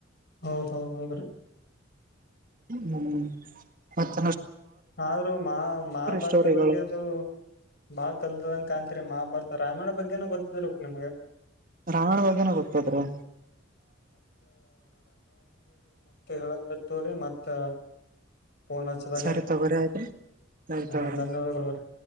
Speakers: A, on the left; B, on the right.
A: ಹೌದ್ ಹೌದ್ ಹೌದ್ರಿ
B: ಹ್ಮ್ ಮತ್ತ
A: ಆದ್ರೂ ಮಹ ಮಹಾಭಾರತ
B: ಸ್ಟೋರಿಗಳು
A: ಬಗ್ಗೆ ಅದು ಬಾಳ ಕಲ್ದಂಗ ಕಾಣ ಮಹಭಾರತ ರಾಮಾಯಣ ಬಗ್ಗೆನನು ಗೊತ್ತಿದರು ನಿಮ್ಗೆ
B: ರಾಮಾಯಣ ಬಗ್ಗೆನೂ ಗೊತ್ತಾದ್ರಿ
A: ಹೇಳತ್ತರಿ ಮತ್ತೆ ಪನ್ದಾಗ
B: ಸರಿ ತಗೋರಿ ಆಯ್ತ್ರಿ ಸರಿ ತಗೋರಿ
A: ಹ ಧನ್ಯವಾದಗಳು
B: ಆಯ್ತ್.